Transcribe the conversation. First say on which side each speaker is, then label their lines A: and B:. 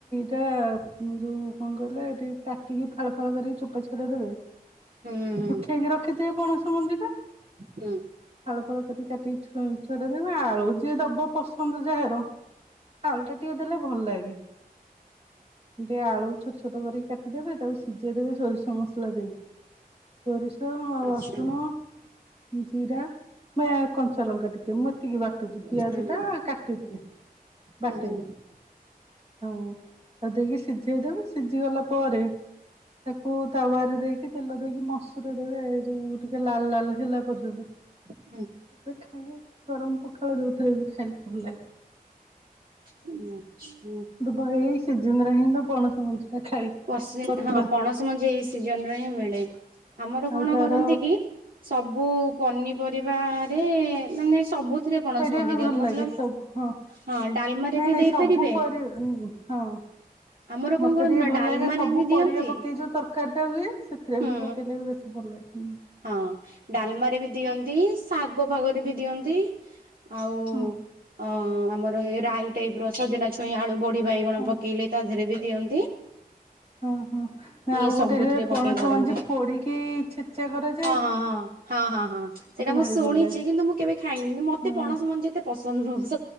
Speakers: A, on the right; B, on the right.
A: ଟା ଉଁ ଯୋଉ କଣ କହିଲେ କା ଟିକି ଫାଳ ଫାଳ କରିକି ଚୋପା ଛଡେଇ ଦେବେ ଶୁଖେଇକି
B: ହୁଁ ହୁଁ
A: ରଖି ଥିବେ। ପଣସ ମଞ୍ଜି ଟା।
B: ହୁଁ
A: ଫାଳ ଫାଳ କରିକି କାଟିିକି ଛ-ଛଡେଇ ଦେବେ ଆଳୁ ଯିଏ ଦବ ପସନ୍ଦ ଯାହାର। ଆଲୁଟା ଟିକେ ଦେଲେ ଭଲ ଲାଗେ। ଟିକେ ଆଳୁ ଛୋଟ ଛୋଟ କରିକି କାଟିଦେବେ ତାକୁ ସିଝେଇ ଦେବେ ସୋରିଷ ମସଲା ଦେଇକି। ସୋରି ସ
B: ଆଚ୍ଛା
A: ରସୁଣ ଜିରା ବା ୟା କଞ୍ଚା ଲଙ୍କା ଟିକେ ମୁଁ ଏତିକି ବାଟ ଟକି ପିଆଜ
B: ହୁଁ
A: ଟା କାଟି ଦିଏ ବାଟେନୀ।
B: ହୁଁ ହୁଁ
A: ହଁ ତାକୁ ଦେଇକି ସିଝେଇ ଦେବି ସିଝି ଗଲା ପରେ। ତାକୁ ତାୱା ରେ ଦେଇକି ତେଲ ଦେଇକି ମସୁର ରେ ଯୋଉ ଟିକେ ଲାଲ ଲାଲ ହେଲା ପର୍ଯ୍ୟନ୍ତ।
B: ହଁ
A: ତା ପରେ ଖାଏ ଗରମ ପଖାଳ ଯୋଉଥିରେ ବି ଖାଇଲେ ଭଲ ଲାଗିବ।
B: ହୁଁ ଆଚ୍ଛା।
A: ଦୁବା ଏଇ ସିଯିନ ରେ ହେଁଲେ ପଣସ ମଞ୍ଜି। ଟା ଖାଇ
B: କଷି
A: କଥା
B: ହଁ ପଣସ ମଞ୍ଜି ଏଇ ସିଜନ ରେ ହିଁ ମିଳେ। ଆମର
A: ଆଉ
B: କଣ
A: ତାର
B: କରନ୍ତି କି ସବୁ ପନିପରିବାରେ ମାନେ ସବୁ। ସେଥିରେ ପଣସ
A: ସେଇଟା
B: ମଞ୍ଜି
A: ବି
B: ଦିଅନ୍ତୀ
A: ଭଲ
B: ମତଲବ
A: ଲାଗେ ସବୁ ହଁ
B: ହଁ ଡାଲମାରେ
A: ନାଇଁ
B: ବି
A: ନାଇଁ
B: ଦେଇପାରିବେ।
A: ସବୁ ପରି ହଁ।
B: ଆମର
A: ମତେ
B: କଣ କରନ୍ତି
A: ଟିକେ
B: ନା।
A: ଭଲ
B: ଡାଲମାରେ
A: ଲାଗେ ସବୁ
B: ହିଁ ଦିଅନ୍ତି
A: ପରିବା ପକେଇ ଜୋଉ ତରକାରୀଟା ହୁଏ ସେଥିରେ
B: ହୁଁ
A: ବି ପକେଇଲେ ବି ବେଶୀ ଭଲ ଲାଗେ। ହୁଁ
B: ହଁ ଡାଲମାରେ ବି ଦିଅନ୍ତି। ଶାଗ ଫାଗ ରେ ବି ଦିଅନ୍ତି ଆଉ।
A: ହଁ
B: ଅ ଆମର ଏଇ ରାଇ ଟାଇପ ର ସଜନା ଛୁଇଁ ଆଳୁ ବଡି। ଡି ବାଇଗଣ
A: ହଁ
B: ପକେଇଲେ ତା ଧିଏରେ ବି ଦିଅନ୍ତି।
A: ଓହୋ ଆଉ
B: ଏଇ
A: ଗୋଟେ
B: ସବୁଥିରେ ପକେଇ
A: ପଣସ
B: କରନ୍ତି
A: ମଜି ପଡିକି ଛେଚା କରାଯାଏ।
B: ହଁ ହଁ ହଁ ହଁ ହଁ ହଁ ସେଇଟା ମୁଁ
A: ଭାରି
B: ଶୁଣିଛି
A: ଭଲ ଲାଗେ
B: କିନ୍ତୁ ମୁଁ କେବେ ଖାଇନି କି ମତେ
A: ହଁ।
B: ପଣସ ମଞ୍ଜି ଏତେ ପସନ୍ଦ ନୁହଁ ସ